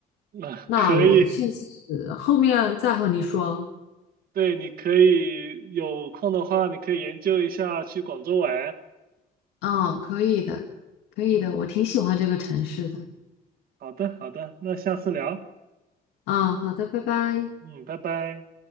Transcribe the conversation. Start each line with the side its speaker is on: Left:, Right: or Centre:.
Right: 那可以，
Left: 那我现在后面再和你说。
Right: 对，你可以有空的话，你可以研究一下去广州玩。
Left: 嗯，可以的，可以的，
Right: 嗯，
Left: 我挺喜欢这个城市的。
Right: 好的好的，那下次聊。
Left: 嗯，好的，拜拜。
Right: 嗯，拜拜。